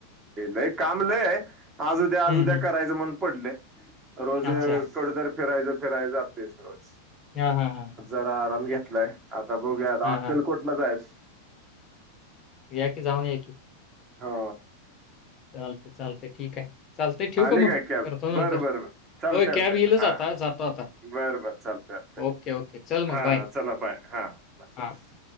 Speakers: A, on the right (about 25°); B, on the left (about 30°).
A: लय काम लय है. आज उद्या आज
B: हं,
A: उद्या
B: हं.
A: करायचं म्हण. पडले. <unintelligible>
B: अच्छा.
A: फेराय द फेराय जात्यस रोज.
B: हा हा हा
A: <unintelligible> बघूयातअक्षेलकोटला
B: हां.
A: जायस
B: या की जाऊन या की.
A: हो
B: चालते चालतंय ठीक. चालतंय ठेवू
A: आली
B: का मग?
A: काय कॅब
B: करतो
A: बर
B: नंतर.
A: बर बर चालतंय
B: होय, कॅब
A: चालतं
B: येईलच
A: हा
B: आता. जातो आता.
A: बर बर चालत अब तक
B: ओके, ओके. चल मग
A: हा
B: बाय.
A: चला बाय हा बाय.
B: हां.